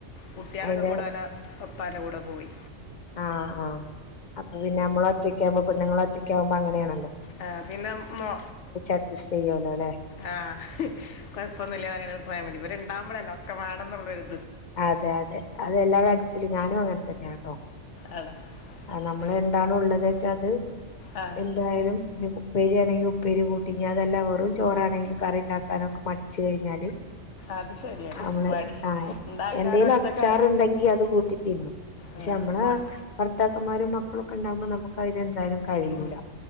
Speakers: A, on the left; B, on the left.
A: കുട്ടികളൊക്കെ
B: അയിന്റെ
A: കൂടൊ ലൊപ്പം പ്പാൻ്റെ കൂടെ പോയി
B: ആഹ് ആഹ് അപ്പൊ പിന്നെ നമ്മള് ഒറ്റക്കാവുമ്പോ പെണ്ണുങ്ങള് ഒറ്റ ക്ക്യാവുമ്പൊ അങ്ങെനേണല്ലോ
A: ആ പിന്നെ മോ
B: അഡ്ജസ്റ്റ് ചെയ്യോല്ലോ ല്ലേ.
A: ആ കൊഴപ്പൊന്നില്ല അങ്ങനെ പോയാ മതി ഇവടെ ഉണ്ടാവുമ്പോഴല്ല ഒക്കെ മാണംന്നുള്ള ഒര്
B: അതെ അതെ അതെല്ലാ ക ത്തില് ഞാനും അങ്ങനെ തന്നെയാ ട്ടോ
A: ആണോ
B: ആ നമ്മള്
A: ഏ,
B: എന്തണ് ഉള്ളത് വെച്ചാ അത്
A: ആ
B: എന്തായാലും ഉപ്പേരിയാണെങ്കിൽ ഉ പ്പേരി കൂട്ടി ഇഞ്ഞതല്ല വെറും ചോറാണെങ്കിലും കറി ഉണ്ടാക്കാനൊക്കെ മടിച്ചു കഴിഞ്ഞാല്
A: അത് ശരിയാണ്
B: നമ്മള്
A: മടി
B: ആ
A: ഉണ്ടാക്കാൻ
B: എന്തേലും
A: ഒറ്റക്ക
B: അച്ചാറുണ്ടെങ്കി അത് കൂട്ടി തിന്നും പക്ഷെ
A: ആ,
B: നമ്മളെ
A: മ-
B: ഭർത്താക്കന്മാരും മ മക്കളൊക്കെ ഇണ്ടാവുമ്പോ നമുക്കയിന് എന്തായാലും കഴിയൂല
A: ഉം